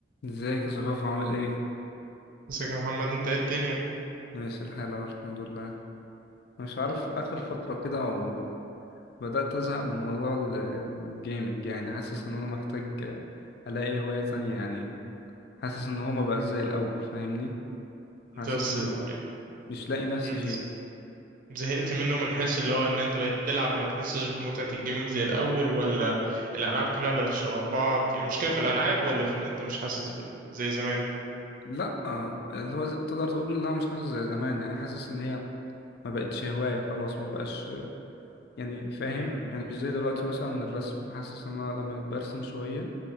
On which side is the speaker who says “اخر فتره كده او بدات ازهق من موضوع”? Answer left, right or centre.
Left